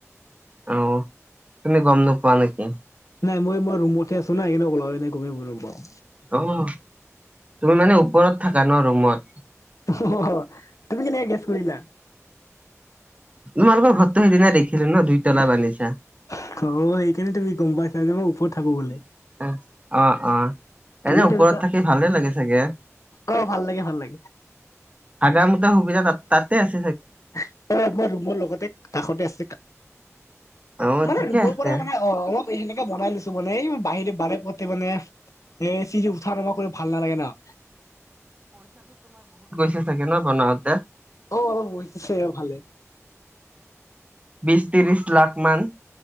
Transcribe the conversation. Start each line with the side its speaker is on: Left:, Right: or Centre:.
Right: অহ, তুমি গম নোপোৱা নেকি?
Left: নাই, মই মই ৰুমতহে আছো না উলাই নাই গমে নাপাওঁ।
Right: অ', তুমি মানে ওপৰত থাকা ন' ৰুমত?
Left: অহ, তুমি কেনেকে গেচ কৰিলা?
Right: তোমালোকৰ ঘৰটো সেইদিনা দেখিলো ন দুইতলা
Left: অ',
Right: বান্ধিছা।
Left: সেইকাৰণে তুমি গম পাইছা যে মই ওপৰত থাকোঁ বুলি।
Right: উম, অ', অ'।
Left: ঠিকেই
Right: এনে ওপৰত
Left: ধৰিছা
Right: থাকি ভালে লাগে চাগে?
Left: অ ভাল লাগে ভাল লাগে
Right: হাগা মু তা সুবিধা তা-তাতে আছ
Left: অ', আমাৰ ৰুমৰ লগতে কাষতে আছে।
Right: অ
Left: মানে
Right: ঠিকে
Left: ৰুমৰ
Right: আছে।
Left: পৰা মানে অ', অ', অলপ এ বনাই লৈছো মানে এই বাহিৰে বাৰে পতে মানে এ চিৰি ঠা নমা কৰি ভাল নালাগে ন'।
Right: তে থাকে ন' বনাওঁতে।
Left: অ', অলপ হৈছে চাগে ভালে।
Right: বিছ ত্ৰিছ লাখ মান।